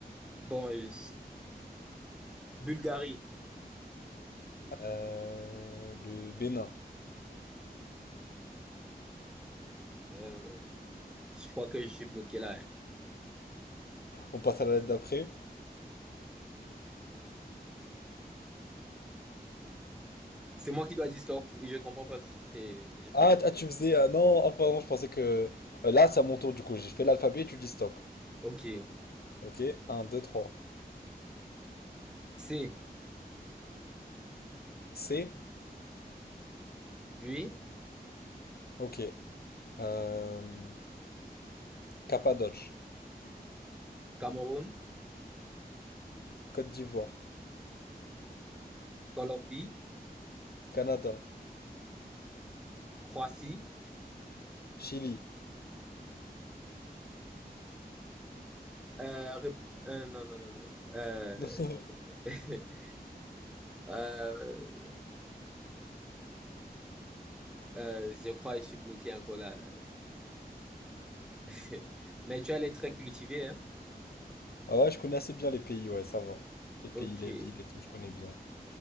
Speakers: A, in the centre; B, on the left.
A: Bon, euh, Bulgarie,
B: Euh, le Bénin.
A: euh, je crois que je suis bloqué là. hein.
B: On passe à la lettre d'après.
A: C'est moi qui dois dire stop. Je comprends pas. si C'est, j'ai pas-
B: Ah, t- ah, tu faisais. ah, non, ah, pardon, je pensais que. euh, Là, c'est à mon tour, du coup. J'ai fait l'alphabet et tu dis stop.
A: Ok.
B: Ok. un deux trois
A: C,
B: C.
A: oui.
B: Ok. Euh, Cappadoce.
A: Cameroun,
B: Côte d'Ivoire.
A: Colombie,
B: Canada.
A: Croatie.
B: Chili.
A: Euh, Rép- euh, non, non, non, non. Euh,
B: <laughs>
A: <laughs> euh, euh, je crois que je suis bloqué encore là. <laughs> Mais tu as les traits cultivés, hein?
B: Ah ouais, je connais assez bien les pays, ouais, ça va. Les pays,
A: Ok.
B: les villes et tout, je connais bien.